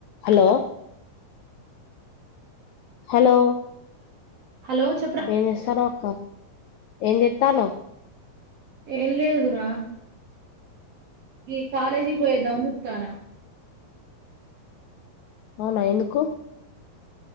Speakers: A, on the left (about 85°); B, on the right (about 70°).
A: <inaudible> Hello hello
B: hello చెప్పురా
A: ఏం చేస్తానావ్ అక్కా ఏం జేత్తానావ్
B: ఏం లేదురా ఈ కాలేజీకి పోయొద్దాం అన్ చూత్తాన్నా
A: అవునా ఎందుకు